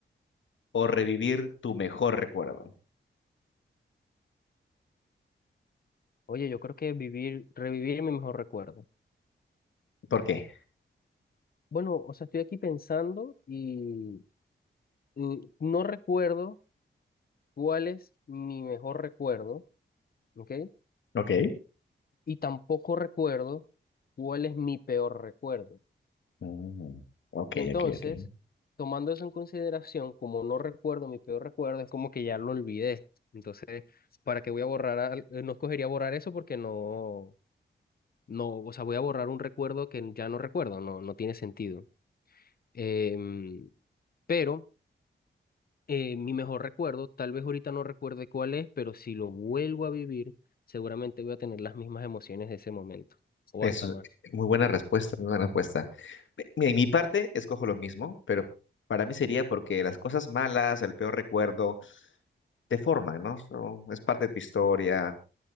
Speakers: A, on the left (about 80°); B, on the left (about 50°).
A: o revivir tu mejor recuerdo.
B: Oye, yo creo que vivir, revivir mi mejor recuerdo.
A: ¿Por qué?
B: Bueno, o sea, estoy aquí pensando y mm, no recuerdo cuál es mi mejor recuerdo, ¿ok?
A: Ok.
B: y tampoco recuerdo cuál es mi peor recuerdo.
A: Mm, ok,
B: Entonces,
A: ok, ok.
B: tomando eso en consideración, como no recuerdo mi peor recuerdo, es como que ya lo olvidé. Entonces, ¿para qué voy a borrar? al- eh, No escogería borrar eso porque no, no, o sea, voy a borrar un recuerdo que ya no recuerdo, no, no tiene sentido. Em, pero eh, mi mejor recuerdo, tal vez ahorita no recuerde cuál es, pero si lo vuelvo a vivir, seguramente voy a tener las mismas emociones de ese momento, o
A: Eso
B: hasta más.
A: es muy buena respuesta, muy buena respuesta. Mi- Mira, en mi parte escojo lo mismo, pero para mí sería porque las cosas malas, el peor recuerdo, te forman, ¿no? Son- es parte de tu historia.